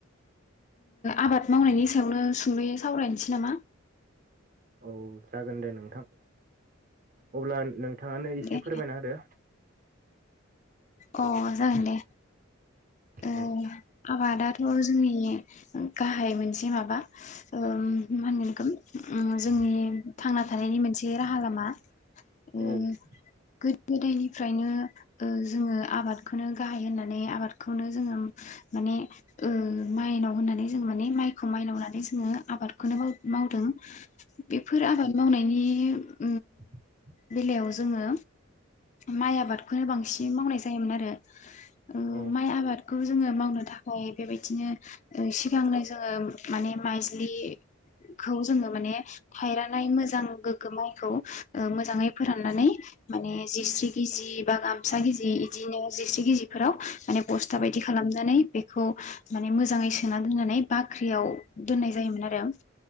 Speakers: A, on the left; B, on the right.
A: आबाद मावनायनि सायावनो सुंदयै सावरायनोसै नामा?
B: औ जागोन दे नोंथां। अब्ला नोंथांङानो एसे
A: दे
B: फोरमायना होदो।
A: अ जागोन दे। उम
B: औ
A: आबादाथ' जोंनि गाहाय मोनसे माबा उम मा होनगोन बेखौ उम जोंनि थांना थानायनि मोनसे राहा लामा। उम
B: औ
A: गोदो गोदायनिफ्रायनो उम जोङो आबादखौनो गाहाय होननानै आबादखौनो जोङो माने ओ माइनाव होननानै जों माने माइखौ माइनाव होननानै जोङो आबाद खौनो मावदों। बेफोर आबाद मावनाय दानि
B: <inaudible>
A: बेलायाव जोङो माइ आ बादखौनो बांसिन मावनाय जायो दे होनबा लाय उम
B: औ
A: माइ आबादखौ जोङो मावनो थाखाय बेबायदिनो ओ सिगांनो जोङो माने माइज्लिखौ जोङो माने थायरानाय मोजां गोग्गो माइ खौ मोजाङै फोराननानै माने जिस्रि गिजि बा गामसा गिजि बिदिनो जिस्रि गिजि फोराव माने बस्था
B: औ
A: बायदि खालामनानै बेखौ माने मोजाङै सोना दोननानै बाख्रियाव दोननाय जायोमोन आरो